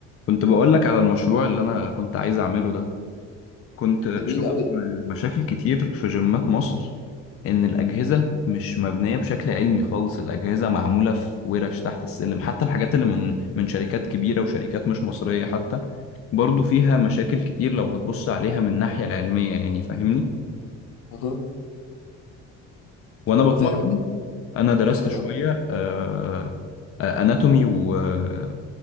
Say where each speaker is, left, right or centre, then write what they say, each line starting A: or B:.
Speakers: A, on the left (about 45°); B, on the left (about 70°).
A: كنت بقول لك على المشروع اللي انا كنت عايز اعمله ده كنت
B: جميل
A: شفت
B: قوي
A: مشاكل كتير في جيمات مصر ان الاجهزه مش مبنيه بشكل علمي خالص الاجهزه معموله في ورش تحت السلم حتى الحاجات اللي من من شركات كبيره وشركات مش مصريه حتى برضو فيها مشاكل كتير لو هتبص عليها من الناحيه العلميه يعني فاهمني
B: اها
A: وانا
B: هو
A: بتمرن
B: فعلا ده
A: انا درست
B: كمل
A: شويه
B: اه
A: آه، آه، اناتومي و-